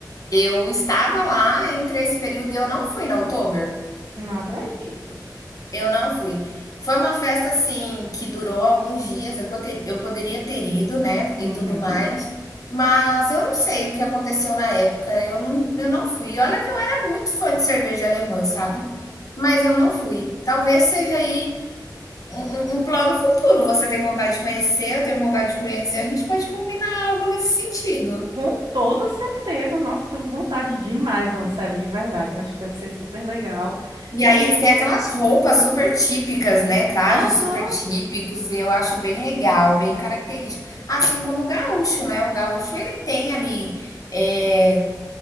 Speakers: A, on the left (about 50°); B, on the right (about 80°).
A: eu estava lá entre esse período e eu não fui na Oktober?
B: Não acredito.
A: Eu não fui. Foi uma festa assim que durou alguns dias. Eu, poter- eu poderia ter ido, né?
B: Uhum.
A: E tudo mais. Mas eu não sei o que aconteceu na época. Eu não, eu não fui. E Olha que eu era muito fã de cerveja alemã, sabe? Mas eu não fui. Talvez seja aí um, um- um plano futuro. Você tem vontade de conhecer, eu tenho vontade de conhecer. A gente pode combinar algo nesse sentido.
B: Com toda certeza. Nossa, eu tenho vontade demais, não, sério, de verdade. Eu acho que deve ser super legal.
A: E
B: E,
A: aí eles têm aquelas roupas super típicas, né? Trajes
B: aham,
A: super típicos, e eu acho bem legal, bem característico. Assim como o gaúcho, né? O gaúcho ele tem ali é,